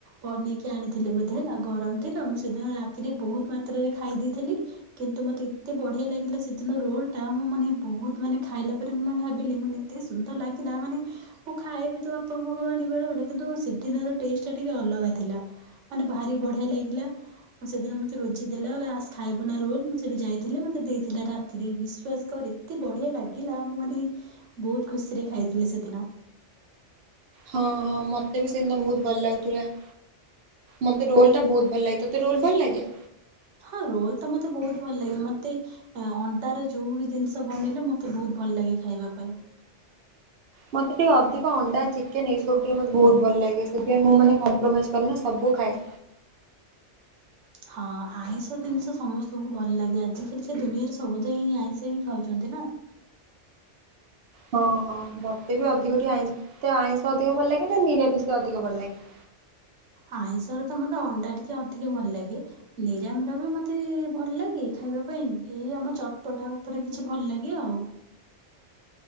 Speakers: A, on the right; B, on the right.
A: ବନେଇକି ଆଣିଥିଲେ ବୋଧେ ହେଲା। ଗରମ ଥିଲା ମୁଁ ସେଦିନ ରାତିରେ ବହୁତ ମାତ୍ରାରେ ଖାଇ ଦେଇେଇଥିଲି କିନ୍ତୁ ମତେ ଏତେ ବଢିଆ ଲାଗିଲା ସେଦିନ ରୋଲ ଟା। ମୁଁ ମାନେ ବହୁତ ମାନେ ଖାଇଲା ରେ ଭାବିଲି ମାନେ ଏତେ ସୁନ୍ଦର ଲାଗିଲା। ମାନେ ମୁଁ ଖାଇଏବି ତ ବାପାଙ୍କ ଘରୁ ଆଣିବ ବେଳେ ବେଳେ କିନ୍ତୁ ସିଦିନ ର ଟେଷ୍ଟ ଟା ଟିକେ ଅଲଗା ଥିଲା। ମାନେ ଭାରି ବଢିଆ ଲାଗିଲା। ମୁଁ ସେଦିନ ମତେ ରୋଜି ଦେଲା ହେଲା ଆସ ଖାଇବୁ ନା ରୋଲ। ମୁଁ ସେଇଠୁ ଯାଇଥିଲି ମତେ ଦେଇଥିଲା। ରା ଥିରେ ବିଶ୍ଵାସ କର ଏତେ ବଢିଆ ଲାଗିଲା। ମୁଁ ମାନେ ବହୁତ ଖୁସିରେ ଖାଇଥିଲି ସେଦିନ।
B: ହଁ ହଁ ମତେ ବି ସେଦିିନ ବହୁତ ଭଲ ଲାଗୁଥିଲା। ମତେ ରୋଲ ଟା ବହୁତ ଭଲ ଲାଗେ ତତେ ରୋଲ ଭଲ ଲାଗେ?
A: ହଁ ରୋଲ ତ ମତେ ବହୁତ ଭଲ ଲାଗେ। ମତେ ଅଁ ଅଣ୍ଡା ରେ ଯୋଉ ବି ଜିନିଷ ବନେଇଲେ ମତେ ବହୁତ ଭଲ ଲାଗେ ଖାଇବା ପାଇଁ।
B: ମୋତେ ଟିକେ ଅଧିକ ଅଣ୍ଡା ଚିକେନ ଏଇସବୁ ଟିକେ ମୋତେ ବହୁତ ଭଲ ଲାଗେ। ସେଥିପାଇଁ ମୁଁ ମାନେ କମ୍ପ୍ରମାଇଜ୍ କରେ ନା ସବୁ ଖାଏ।
A: ହଁ ଆଇଁଷ ଜିନିଷ ସମସ୍ତଙ୍କୁ ଭଲ ଲାଗେ ଆଜିକାଲିକା ଦୁନିଆରେ ସବୁତ ହିଁ ଆଇଁଷ ହିଁ ଖାଉଛନ୍ତି ନା।
B: ହଁ ହଁ ମତେ ବି ଅଧିକ ଟିକେ ଆଇଁ ଆଇଁଷ ଅଧିକ ଭଲ ଲାଗେ ନା ନିରାମିଷ ଅଧିକ ଭଲ ଲାଗେ?
A: ଆଇଁଷ ର ତ ମୋତେ ଅଣ୍ଡା ଟିକେ ଅଧିକ ଭଲ ଲାଗେ। ନିରାମ ର ବି ମତେ ଭଲ ଲାଗେ ଖାଇବା ପାଇଁ। ଏଇ ଆମ ଚଟପଟା ଉପରେ କିଛି ଭଲ ଲାଗେ ଆଉ